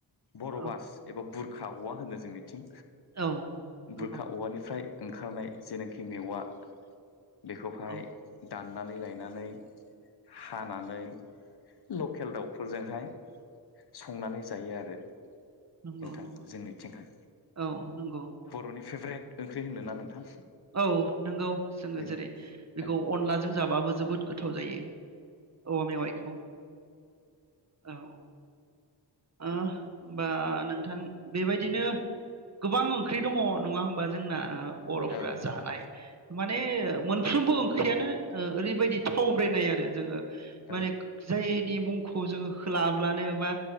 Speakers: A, on the left; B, on the right.
A: बर'
B: औ
A: बास एबा बुर खा औवा होनो जोंनि थिं
B: औ नंगौ
A: बुरखा औवानिफ्राय ओंखारनाय जेनाखि मेवा बेखौहाय
B: औ
A: दाननानै लायनानै हानानै <unintelligible> <unintelligible> दाउफोरजोंहाय संनानै जायो आरो।
B: नंगौ
A: नोंथां
B: नंगौ
A: जोंनिथिंहाय
B: औ नंगौ
A: बर'नि फेभ्रेट ओंख्रि होनोना नोंथां।
B: औ नंगौ जोङो
A: बे
B: जेरै बेखौ
A: औ
B: अनलाजों जाबाबो जोबोद गोथाव जायो। औ मेवाइखौ औ ओ होमबा नोंथां बेबायदिनो गोबां ओंख्रि दङ नङा होम बा जोंना बर'फ्रा
A: औ नोंथां
B: जानाय माने माने मोनफ्रोमबो ओंख्रियानो ओरैबायदि थावब्रेनाय आरो जोङो
A: औ
B: माने जायनि मुंखौ जोङो लाब्लानो बा